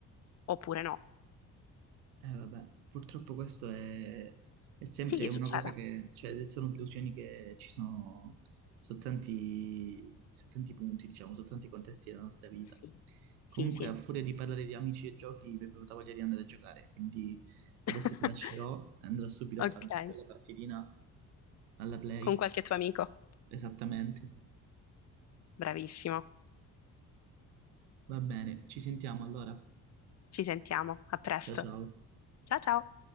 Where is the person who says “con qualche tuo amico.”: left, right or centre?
Left